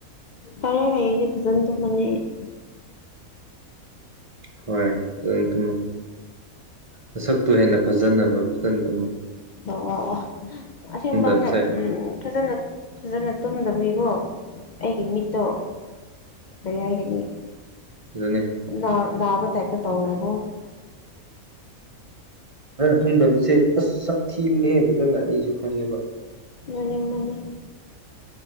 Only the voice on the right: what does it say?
ꯍꯣꯏ ꯐꯖꯅ ꯇꯨꯝꯃꯣ ꯃꯁꯛꯇꯣ ꯍꯦꯟꯅ ꯐꯖꯅꯕ ꯐꯖꯅ ꯇꯨꯝꯃꯨ
ꯇꯨꯝꯗꯕꯁꯦ
ꯑꯗꯨꯅꯦ
ꯈꯪꯗꯕꯁꯦ ꯑꯁ ꯁꯛꯊꯤꯕꯅꯦ ꯍꯦ ꯐꯖꯅ ꯑꯩꯁꯨ ꯈꯪꯉꯦꯕ